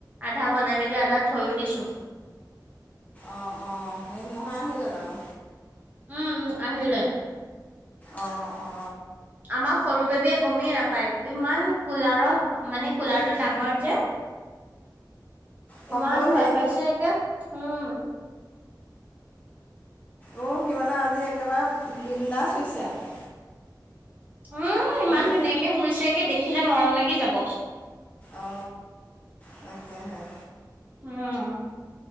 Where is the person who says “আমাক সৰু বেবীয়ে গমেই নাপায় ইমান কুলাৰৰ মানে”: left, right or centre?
Right